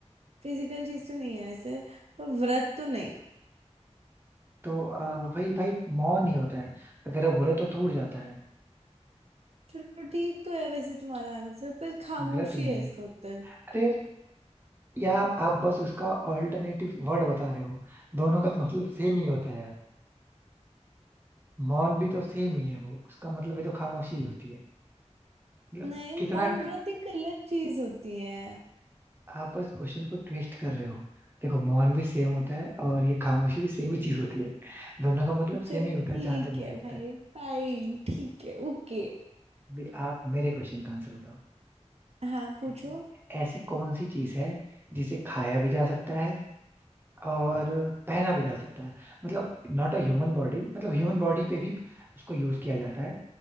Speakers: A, on the right; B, on the right.
A: फिजिकल चीज तो नहीं है वैसे पर व्रत तो नहीं
B: तो आ, वही भाई मौन ही होता है अगर वो बोलो तो टूट जाता है
A: चलो ठीक तो है वैसे तुम्हारा आंसर पर खामोशी
B: गलत नहीं
A: है
B: है
A: इसका उत्तर
B: अरे या आप, आप बस उसका ऑल्टरनेटिव वर्ड बता रहे हो दोनों का मतलब सेम ही होता है यार मौन भी तो सेम ही है वो उसका मतलब है तो खामोशी ही होती है मतलब
A: नहीं मौन
B: कितना ट-
A: व्रत एक अलग चीज होती है
B: आप इस क्वेश्चन को ट्विस्ट कर रहे हो देखो मौन भी सेम होता है और ये खामोशी भी सेम ही चीज होती है दोनों का मतलब
A: चलो
B: सेम ही होता
A: ठीक
B: है जहां तक मुझे
A: है
B: पता
A: भाई
B: है
A: फाइन ठीक है ओके
B: अभी आप मेरे क्वेश्चन का आंसर बताओ
A: हाँ पूछो
B: ठीक है ऐसी कौन सी चीज है जिसे खाया भी जा सकता है और पहना भी जा सकता है मतलब नॉट अ ह्यूमन बॉडी मतलब ह्यूमन बॉडी पे भी उसको यूज किया जाता है